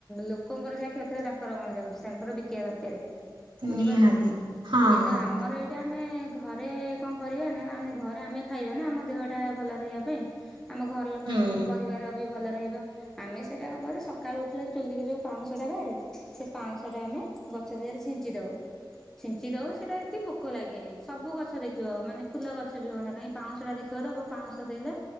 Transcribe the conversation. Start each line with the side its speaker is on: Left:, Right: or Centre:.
Centre: ଲୋକଙ୍କର ଯାହା କ୍ଷତି ତାଙ୍କର ଗଣ ଯାଉଛି ତାଙ୍କର ବିକିବା ଦରକାର। ବୁଝିପାରୁଛନ୍ତି
Right: ନିହାତି
Centre: କି
Right: ହଁ।
Centre: କିନ୍ତୁ ଆମର ଏଇଟା ଆମେ ଘରେ କଣ କରିବା ନା ଆମେ ଘରେ ଆମେ ଖାଇବା ନା ଆମ ଦେହ ଟା ଭଲ ରହିବା ପାଇଁ। ଆମ ଘର ଲୋକ
Right: ହୁଁ।
Centre: ଆମ ପରିବାର ଭଲ ରହିବ ଆମେ ସେଇଟା କଣ ସକାଳୁ ଉଠିଲ ଚୁଲିରେ ଯୋଉ ପାଉଁଶଟା ବାହାରେ ସେ ପାଉଁଶଟା ଆମ ଗଛ ଦେହରେ ଛିଞ୍ଚି ଦଉ।
Right: ହ
Centre: ଛିଞ୍ଚି ଦବଉ ସେଟା ଏତେ ପୋକ ଲାଗେନି ସବୁ ଗଛ ଦେଖିବ ମାନେ ଫୁଲ ଗଛ ବି ହଉନ କାଇହିଁ ପାଉଁ ସେଟା ଦେଖିବ ଦ ପାଉଶ ଦେଲେ